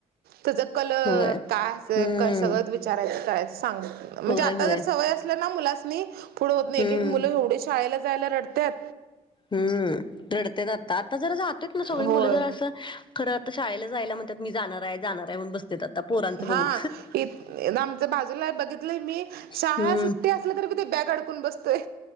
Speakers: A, on the right; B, on the left.
A: तेच कलर
B: होय
A: कायं असं
B: हम्म
A: कसं, सगळं विचारायचं करायचं सांग. म्हणजे
B: होय
A: आता
B: होय
A: जर, सवय असलं ना मुलासनी. पुढे होत
B: हम्म
A: नाही, एक एक मुलं एवढे शाळेला जायला रडतात.
B: हम्. रडत्यात आता आता जर जात्यात न सगळी,
A: होय
B: मुलं जरास खरं आता शाळेला जायला म्हण. त्यात मी जाणार जाणार म्हणून, बसत्यात आता पोरांचं
A: हा
B: बघून.
A: इत आमच्या बाजूला बघितलंय मी शाळा
B: हम्म
A: सुट्टी असल तरी बी तो बॅग अडकून बसतोय.